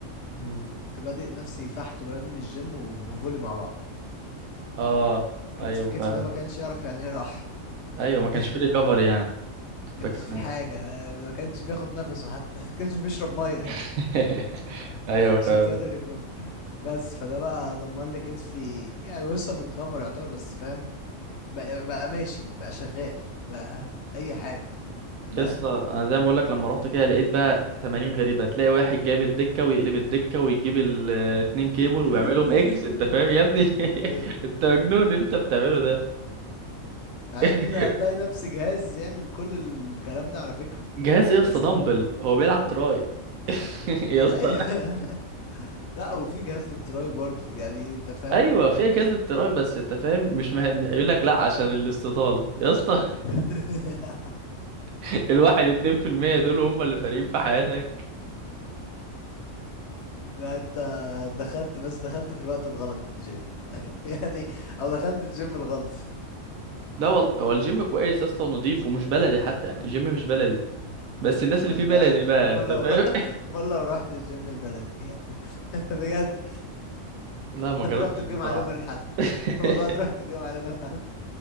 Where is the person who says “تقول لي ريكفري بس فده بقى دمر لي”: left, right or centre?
Left